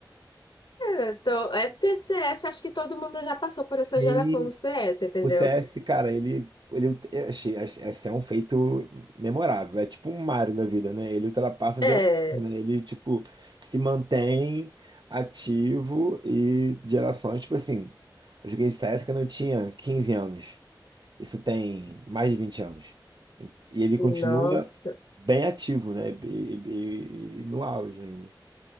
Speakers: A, on the left; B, on the right.
A: É, Então, é porque CS, acho que todo mundo já passou por
B: <laughs>
A: essa
B: Sim,
A: geração do CS, entendeu?
B: O CS, cara, ele, ele eu achei, esse é um feito memorável. É tipo um Mario na vida, né? Ele ultrapassa
A: É,
B: a geração, né? Ele, tipo, se mantém ativo e gerações, tipo assim, eu joguei CS quando eu tinha 15 anos. Isso tem mais de 20 anos. E e ele continua
A: nossa,
B: bem ativo, né? E, e- e no auge ainda.